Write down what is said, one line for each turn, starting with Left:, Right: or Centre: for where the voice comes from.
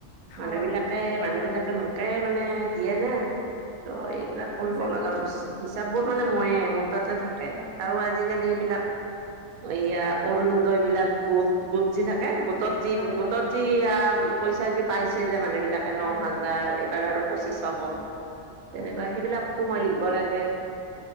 Right: মানুহবিলাক
Left: অ
Right: মানুহ বিলাকে মোকে মানে দিয়ে ন ত
Left: অ
Right: এইবিলাক
Left: অ
Right: কৰিব
Left: হিচাপবোৰ
Right: লগা হৈছি হিচাপবোৰ মইয়ে মোৰ তাতে থাকে
Left: অ
Right: আৰু আজিকালি এইবিলাক
Left: অ অ
Right: এইয়া অৰুণোদয়বিলাক গোট গোট যি থাকে
Left: অ
Right: গোটত যি
Left: হয়
Right: গোটত
Left: হয়
Right: যি আ পইচা যি পাইছে যে মানুহ বিলাক ন
Left: অ
Right: হাজাৰ এইবাৰ আৰু পঁচিছ
Left: অ
Right: হব
Left: অ
Right: তেনেকুৱা
Left: হয় হয়
Right: সেইবিলাকো মই লিখিব লাগে